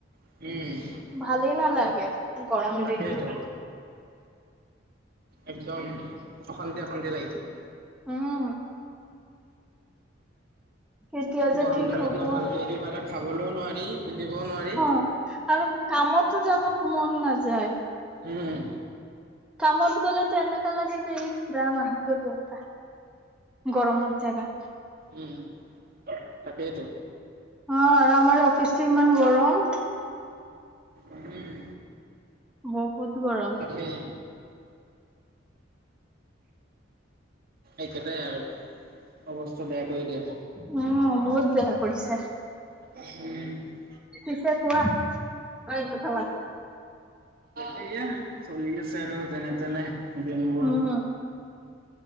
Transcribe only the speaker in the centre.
ভালেই নালাগে গৰম
দিনকেইটা
উম কেতিয়া যে
ঠিক
হব
অ আৰু কামতো যাব মন নাযায়
কামত গ'লেতো এনেকা লাগে যে ইচ ৰাম আহিব দেউতা গৰমত জাগা
অ, আৰু আমাৰ অফিচটো ইমান গৰম।
বহুত গৰম।
উম বহুত বেয়া কৰিছে।
চিছেে কোৱা আৰুিল ভালা <inaudible>
উম